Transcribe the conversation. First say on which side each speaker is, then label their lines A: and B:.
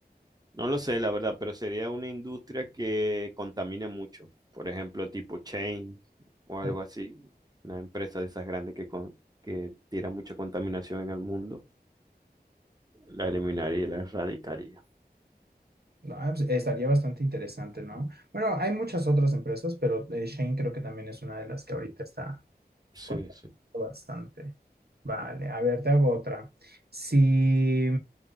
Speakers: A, on the right (about 25°); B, on the right (about 70°).
A: No lo sé, la verdad, pero sería una industria que contamine mucho. Por ejemplo, tipo chain o algo
B: o-
A: así. Una empresa de esas grandes que, con- que tira mucha contaminación en el mundo. La eliminaría y la erradicaría.
B: no, ah, pues, estaría bastante interesante, ¿no? Bueno, hay muchas otras empresas, pero eh, Shane creo que también es una de las que ahorita está
A: Sí,
B: Conozco
A: sí.
B: Bastante. Vale, a ver, te hago otra. Si